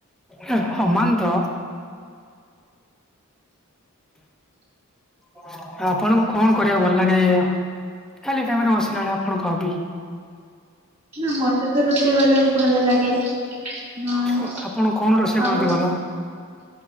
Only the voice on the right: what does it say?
ନା ମତେ ତ, ରୋଷେଇ କରିବାକୁ ଭଲ ଲାଗେ। ହଁ।
ଆଉ